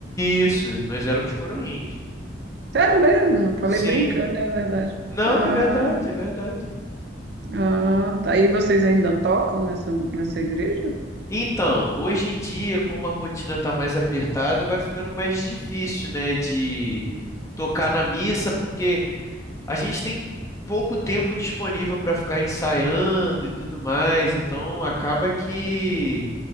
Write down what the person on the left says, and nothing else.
Isso, nós éramos coroinhas.
Sim.
Não,
é verdade, é verdade.
Então, hoje em dia, como a rotina está mais apertada, vai ficando mais difícil, né, de tocar na missa, porque a gente tem pouco tempo disponível para ficar ensaiando e tudo mais, então acaba que